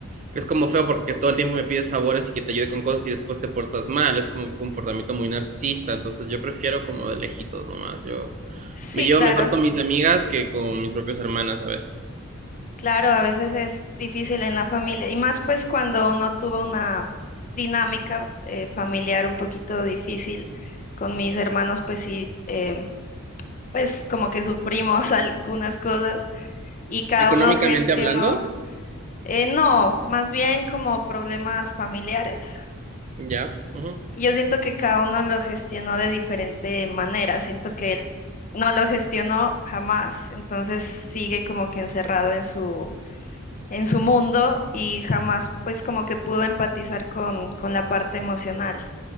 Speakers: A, on the right (about 35°); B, on the left (about 35°).
A: Es como feo porque todo el tiempo me pides favores y que te ayude con cosas y después te portas mal. Es como un comportamiento muy narcisista. Entonces yo prefiero como de lejitos nomás. Yo
B: Sí,
A: me llevo
B: claro.
A: mejor con mis amigas que con mis propias hermanas a veces.
B: Claro, a veces es difícil en la familia. Y más pues cuando uno tuvo una dinámica eh, familiar un poquito difícil con mis hermanos, pues sí, em, pues como que sufrimos <laughs> algunas cosas. y cada
A: Económicamente
B: uno gestionó,
A: hablando,
B: eh, no, más bien como problemas familiares.
A: ya. ujú.
B: Y Yo siento que cada uno lo gestionó de diferente manera, siento que él no lo gestionó jamás, entonces sigue como que encerrado en su, en su mundo y jamás pues como que pudo empatizar con, con la parte emocional.